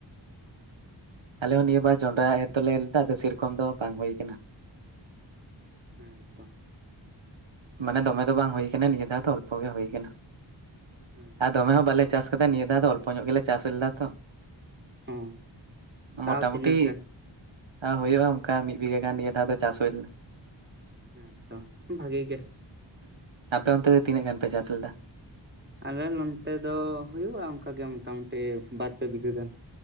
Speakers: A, on the right; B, on the right.
A: ᱟᱞᱮ ᱦᱚᱸ ᱱᱤᱭᱟᱹ ᱵᱟᱨ ᱡᱚᱸᱰᱽᱨᱟ ᱮᱨ ᱫᱚᱞᱮ ᱮᱨ ᱞᱮᱫᱟ ᱟᱫᱚ ᱥᱮᱨᱚᱠᱚᱢ ᱫᱚ ᱵᱟᱝ ᱦᱩᱭ ᱟᱠᱟᱱᱟ᱾
B: ᱦᱮᱸᱛᱚ
A: ᱢᱟᱱᱮ ᱫᱚᱢᱮ ᱫᱚ ᱵᱟᱝ ᱦᱩᱭ ᱟᱠᱟᱱᱟ ᱱᱤᱭᱟᱹ ᱫᱷᱟᱣ ᱫᱚ ᱚᱞᱯᱚ ᱜᱮ ᱦᱩᱭ ᱟᱠᱟᱱᱟ
B: ᱦᱮᱸ
A: ᱟᱨ
B: ᱛᱚ
A: ᱫᱚᱢᱮ ᱦᱚᱸ ᱵᱟᱞᱮᱼᱼ ᱪᱟᱥ ᱠᱟᱛᱮ ᱱᱤᱭᱟᱹ ᱫᱷᱟᱣ ᱫᱚ ᱚᱞᱯᱚ ᱧᱚᱜ ᱜᱮᱞᱮ ᱪᱟᱥ ᱞᱮᱫᱟ ᱛᱚ᱾
B: ᱚ
A: ᱢᱚᱴᱟ
B: ᱛᱟᱣ ᱛᱤᱱᱟᱹᱜ
A: ᱢᱩᱴᱤ
B: ᱜᱟᱱ
A: ᱟ ᱦᱩᱭᱩᱜᱼᱟ ᱚᱱᱠᱟ ᱢᱤᱫ ᱵᱤᱜᱷᱟᱹ ᱜᱟᱱ ᱱᱤᱭᱟᱹ ᱫᱷᱟᱣ ᱫᱚ ᱪᱟᱥ ᱦᱩᱭ ᱞᱮᱱᱟ᱾
B: ᱦᱮᱸᱛᱚ ᱵᱷᱟᱜᱮ ᱜᱮ
A: ᱟᱯᱮ ᱚᱱᱛᱮ ᱫᱚ ᱛᱤᱱᱟᱹᱜ ᱜᱟᱱ ᱯᱮ ᱪᱟᱥ ᱞᱮᱫᱟ?
B: ᱟᱞᱮ ᱱᱚᱱᱛᱮ ᱫᱚ ᱦᱳᱭᱳᱜᱼᱟ ᱚᱱᱠᱟ ᱜᱮ ᱢᱚᱴᱟ ᱢᱩᱴᱤ ᱵᱟᱨ ᱯᱮ ᱵᱤᱜᱷᱟᱹ ᱜᱟᱱ᱾